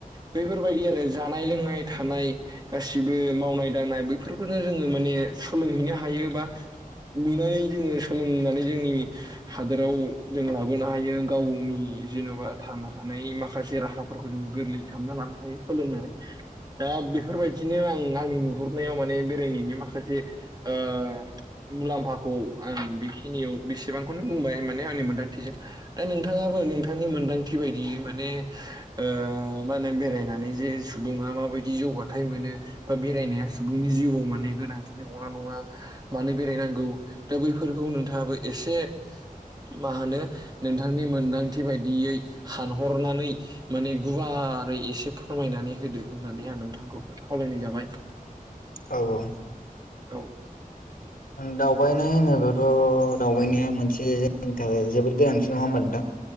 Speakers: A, on the right; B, on the left.
A: बेफोरबायदि आरो जानाय लोंनाय थानाय गासिबो मावनाय दांनाय बैफोरखौनो जोङो माने सोलोंहैनो हायो बा नुनानै जो सोलोंना जोंनि हादोराव जों लाबोनो हायो गावनि जेन'बा थांना थानाय माखा माखासे राहाफोरखौ जोङो गोरलै खालामना लानो हायो सोलोंनानै दा बेफोरबायदिनो आं आंनि नुहुरनायाव माने बेरायनायनि माखासे ओ मुलाम्फाखौ आं बेखिनियाव बेसेबांखौनो बुंबाय माने आंनि मोनदांथिजों दा नोंथाङाबो नोंथांनि मोनदांथि बायदिय माने ओ मा होनो बेरायनानै जे सुबुङा माबायदि जौगाथायाइ मोनो बा बेरायनाया सुबुं बिनि जिउआव माने गोनांथिनि अंला नङा मानो बेरायनांगौ दा बैफोरखौ नोंथाङाबो एसे मा होनो नोंथांनि मोनदांथि बायदियै सानहरनानै माने गुवा ारै एसे फोरमायनानै होदो होननानै आं नोंथांखौ खावलायनाय जाबाय।
B: औ औ।
A: औ
B: दावबायनाय होनोब्लाथ' दावबायनाया मोनसे जोंनि थाखाय जोबोद गोनांथि नङा होमबा नोंथां?